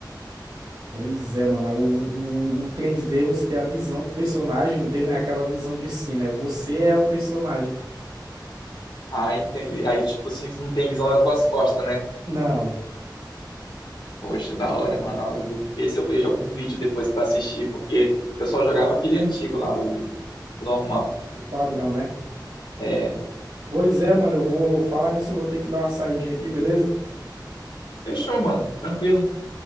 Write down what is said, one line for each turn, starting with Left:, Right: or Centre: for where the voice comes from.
Right: Pois é, mano. O, o, o três d você tem a visão do personagem, não tem, né, aquela visão de cima. É você é o personagem.
Left: Ah, entendi. Aí, tipo assim, tu não tem visão das tuas costas, né?
Right: Não,
Left: Poxa, da hora, mano. Ó, Eu vou ver se eu vejo algum vídeo depois pra assistir, porque eu só jogava aquele antigo lá, o, o normal.
Right: o padrão, né?
Left: É.
Right: Pois é, mano. Eu vou falar nisso, eu vou ter que dar uma saidinha aqui, beleza?
Left: Fechou, mano. Tranquilo.